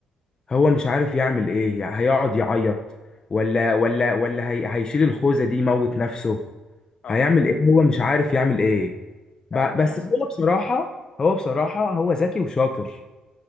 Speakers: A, on the left (about 35°); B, on the left (about 60°).
A: هو مش عارف يعمل ايه يعني هيقعد يعيط ولا ولا ولا هي هيشيل الخوذة دي يموت نفسه
B: اه
A: هيعمل ايه هو مش عارف يعمل ايه ب-
B: فعلا مؤثر
A: بس هو بصراحة هو بصراحة هو ذكي وشاطر